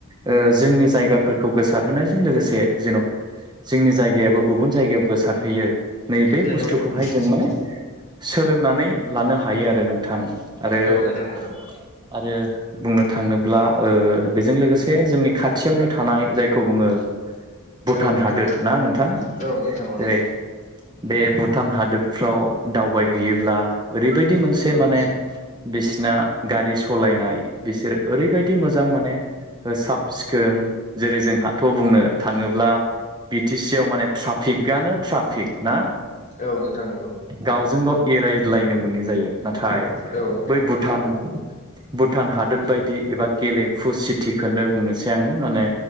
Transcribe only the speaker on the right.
ओ जोंनि जायगाफोरखौ गोसारहोनायजों लोगोसे जेन' जोंनि जायगायाबो गुबुन जायगायाव गोसारहैयो नैबे
बुस्थुखौहाय
जों
माने सोलोंनानै लानो हायो आरो नोंथां आरो-आरो
बुंनो थाङोब्ला बेजों लोगोसे जोंनि खाथियावनो थानाय जायखौ बुङो भुटान
हादोर ना नोंथां
जेरै बे भुटान हादोरफ्राव दावबायहैयोब्ला ओरैबायदि मोनसे
माने
बिसिना गारि सलायनाय बिसोर ओरैबायदि मोजां माने। सिखोम जेरै- जोंहाथ' बुंनो थाङोब्ला। बि टि सि आव माने ट्राफिकआनो ट्राफिक ना?
गावजों गाव एरायज्लायनो मोनै जायो नाथाय
बै भुटान-भुटान हा दोद बायदि एबा गेलेमफु सिटिखौनो बुंनोसै आङो माने